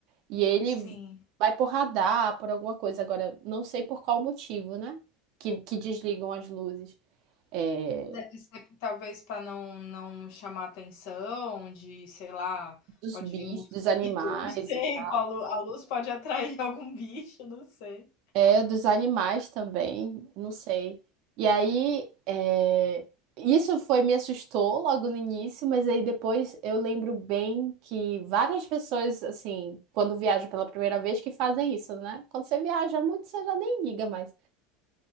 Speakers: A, on the right; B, on the left.
A: E ele
B: Sim.
A: vai por radar, por alguma coisa. Agora, não sei por qual motivo, né? Que, que desligam as luzes é,
B: Deve ser talvez para não não chamar atenção de, sei lá,
A: dos
B: pode
A: bichos,
B: vir mosquito,
A: dos animais
B: não sei,
A: e tal.
B: <laughs> com a lu a luz pode atrair algum bicho, não sei.
A: É, dos animais também, não sei. E aí, é, isso foi, me assustou logo no início, mas aí depois eu lembro bem que várias pessoas, assim, quando viajam pela primeira vez, que fazem isso, né? Quando você viaja muito, você já nem liga mais.